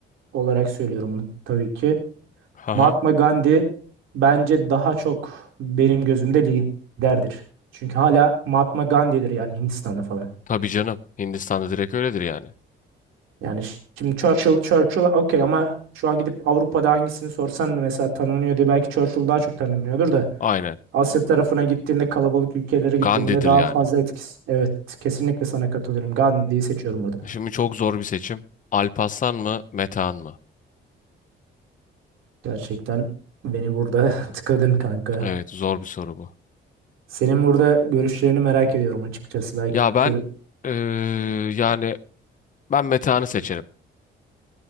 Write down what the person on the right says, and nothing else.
olarak söylüyorum bunu tabii ki.
Mahatma Gandhi bence daha çok benim gözümde liderdir. Çünkü hala Mahatma Gandhi'dir yani Hindistan'ı falan.
Yani ş- şimdi Churchill, Churchill okey ama şu an gidip Avrupa'da hangisini sorsan da mesela tanınıyor diye belki Churchill daha çok tanınıyordur da
Asya tarafına gittiğinde kalabalık ülkelere gittiğinde
daha
fazla etkisi. Evet kesinlikle sana katılıyorum. Gandhi'yi seçiyorum burada.
Gerçekten beni burada <laughs> tıkadın kanka.
Senin burada görüşlerini merak ediyorum açıkçası. Belki
fikir
bir